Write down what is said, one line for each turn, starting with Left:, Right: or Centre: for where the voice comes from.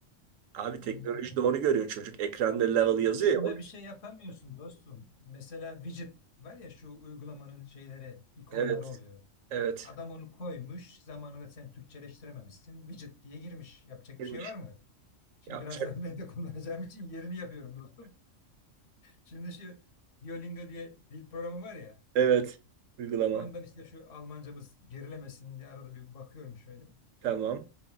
Right: Abi
Left: Yani
Right: teknoloji doğru görüyor çocuk. Ekranda level yazıyor
Left: şuna
Right: ya. o-
Left: bir şey yapamıyorsun dostum. Mesela widget var ya şu uygulamanın şeyleri, ikonları
Right: Evet,
Left: oluyor.
Right: evet.
Left: Adam onu koymuş, zamanında sen Türkçeleştirememişsin. Widget diye girmiş. Yapacak
Right: Girmiş.
Left: bir şey var mı? Şimdi
Right: Yapacak.
Left: birazdan <laughs> ben de kullanacağım için yerini yapıyorum dostum. Şimdi şu Duolingo diye dil programı var ya.
Right: Evet. Uygulama.
Left: Ondan işte şu Almancamız gerilemesin diye arada bir bakıyorum şöyle.
Right: Tamam.